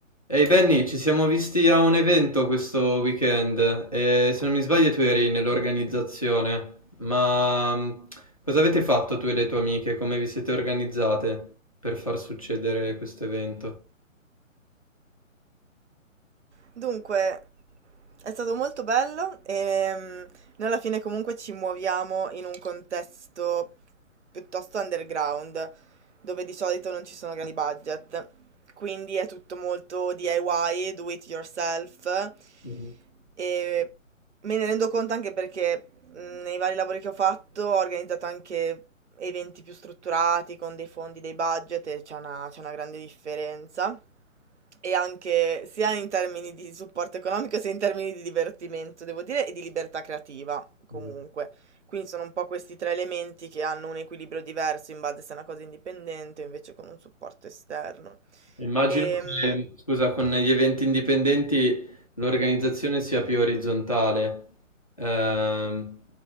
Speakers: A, on the left; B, on the right.
A: Ehi Benny, ci siamo visti a un evento questo weekend e se non mi sbaglio tu eri nell'organizzazione, ma mh, cosa avete fatto tu e le tue amiche? Come vi siete organizzate per far succedere questo evento?
B: Dunque, è stato molto bello e mm, noi alla fine comunque ci muoviamo in un contesto piuttosto underground, dove di solito non ci sono grandi budget. Quindi è tutto molto DIY, do it yourself.
A: Mhm,
B: E me ne rendo conto anche perché mm, nei vari lavori che ho fatto ho organizzato anche eventi più strutturati, con dei fondi, dei budget, e c'è una, c'è una grande differenza. E anche sia in termini di supporto economico sia in termini di divertimento, devo dire, e di libertà creativa, comunque.
A: esatto.
B: Quindi sono un po' questi tre elementi che hanno un equilibrio diverso in base se è una cosa indipendente o invece con un supporto esterno.
A: Immagino
B: Ehm,
A: che, scusa, con gli eventi indipendenti l'organizzazione sia più orizzontale, ehm,